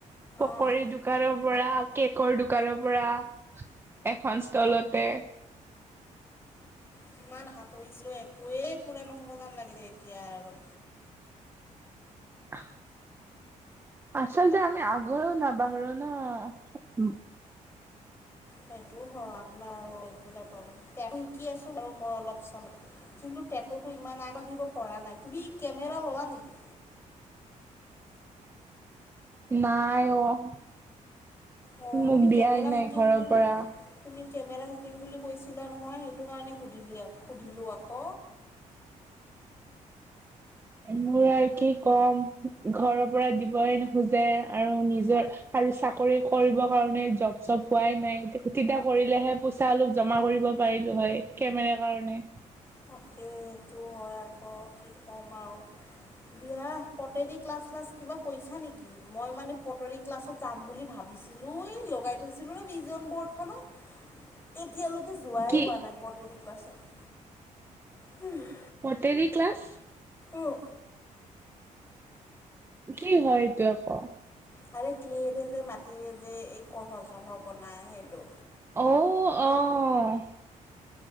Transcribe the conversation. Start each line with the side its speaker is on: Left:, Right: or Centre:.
Right: পকৰী
Left: অঁ
Right: দো- -কানৰ পৰা কেকৰ দোকানৰ পৰা এখন ষ্টলতে।
Left: কিমান আশা কৰিছিলোঁ, একোৱেই পুৰা নহ'ব যেন লাগিলে এতিয়া আৰু
Right: <inaudible> আচলতে আমি আগৰো নাবাহৰো ন'
Left: সেইটো হয় আপোনাৰ আৰু এইটো এটা প্ৰব্লেম, টেটোটো শিকি আছো বাৰু মই অলপ চল কিন্তু টেটোতো ইমান আগবাঢ়িব পৰা নাই। তুমি কেমেৰা ল'লা নেকি?
Right: নাই অ'
Left: অঁ
Right: মোক
Left: তুমি
Right: দিয়াই
Left: কেমেৰা
Right: নাই
Left: শিকিম
Right: ঘৰৰ
Left: বুলি
Right: পৰা।
Left: তুমি কেমেৰা শিকিম বুলি কৈছিলা নহয়, সেইটো কাৰণে সুধিলি আ সুধিলোঁ আক'।
Right: মোৰ আৰু কি ক'ম, ঘৰৰ পৰা দিবই নোখোজে আৰু নিজৰ আৰু চাকৰি কৰিব কাৰণে জব চব পোৱাই নাই তেতিয়া কৰিলেহে পইচা অলপ জমা কৰিব পাৰিলো হয়, কেমেৰা কাৰণে।
Left: তাকে, সেইটো হয় আক' কি ক'ম আও। দিয়া পটেৰী ক্লাছ চিলাছ কিবা কৰিছা নেকি? মই মানে পটেৰী ক্লাছত যাম বুলি ভাবিছিলোঁ, এই লগাই থৈছিলোঁ নয় ভিজন ব'ৰ্ডখনত। এতিয়ালৈকে যোৱাই
Right: কি
Left: হোৱা নাই, পটেৰী ক্লাছত। হুম <unintelligible>
Right: পটেৰী ক্লাছ?
Left: অঁ
Right: কি হয় এইটো আকৌ?
Left: খালি ক্লেৰে যে মাটিৰে যে এই কলহ চলহ বনায় সেইটো।
Right: অও অ'